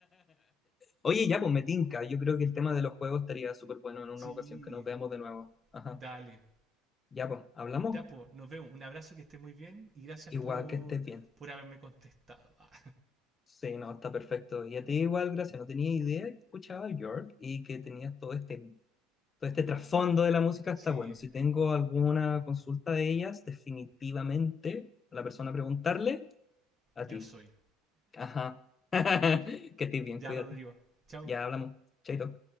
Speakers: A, on the left; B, on the right.
A: Oye, ya, pues me tinca. Yo creo que el tema de los juegos estaría súper bueno en una
B: <laughs> Sí,
A: ocasión que nos veamos de nuevo. Ajá.
B: dale.
A: Ya, pues, hablamos.
B: Ya, pues, nos vemos. Un abrazo, que esté muy bien y gracias
A: Igual
B: por,
A: que estés bien.
B: por haberme contestado. Ah,
A: Sí, no, está perfecto. Y a ti igual, gracias. No tenía idea que escuchaba York y que tenías todo este, todo este trasfondo de la música.
B: sí,
A: Está bueno. Si tengo alguna consulta de ellas, definitivamente a la persona a preguntarle a
B: yo
A: ti.
B: soy.
A: Ajá. <laughs> Que estés bien,
B: Ya,
A: cuídate.
B: Rodrigo. Chao.
A: Ya hablamos. Chaito.